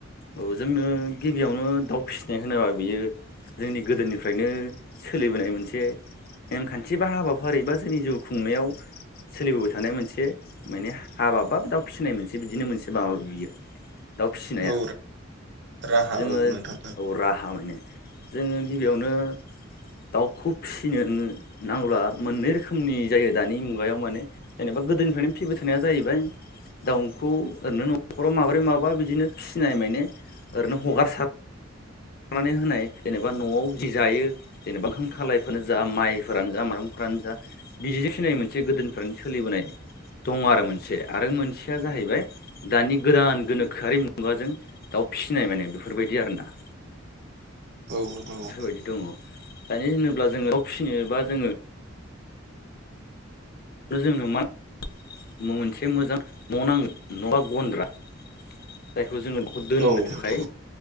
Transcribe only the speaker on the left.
औ जोंनो गिबियावनो दाउ फिसिनाय होनोबा बियो जोंनि गोदोनिफ्रायनो सोलिबोनाय मोनसे नेमखान्थि बा हाबा फारि बा जोंनि जिउ खुंनायाव सोलिबोबाय थानाय मोनसे माने हाबा बा दाउ फिसिनाय मोनसे बिदिनो मोनसे माबा बियो दाउ फिसिनाया
जोङो
औ राहा माने जोङो गिबियावनो दाउखौ फिसिनो नांब्ला मोननै रोखोमनि जायो दानि मुगायाव माने जेनेबा गोदोनिफ्रायनो फिबाय थानाया जाहैबाय दाउखौ ओरैनो न'खराव माबोरै माबा बिदिनो फिनाय माने ओरैनो हगारसार नानै होनाय जेनेबा न'आव जि जायो जेनेबा ओंखाम खालायफ्रानो जा माइफोरानो जा माइरंफोरा फोरानो जा बिदिजों सिनाय मोनसे गोदोनिफ्रानो सोलिबोनाय दङ आरो मोनसे आरो मोनसेया जाहैबाय दानि गोदान गोनोखोआरि मुगाजों दाउ फिसिनाय माने बेफोरबायदि आरो ना।
बेफोरबायदि
दङ दानो होनोब्ला जोङो फिसिनोबा जोङो जोंनो मा मोनसे मोजां न' नांग न'आ गन्द्रा जाय खौ जोङो बेखौ दोननो
थाखाय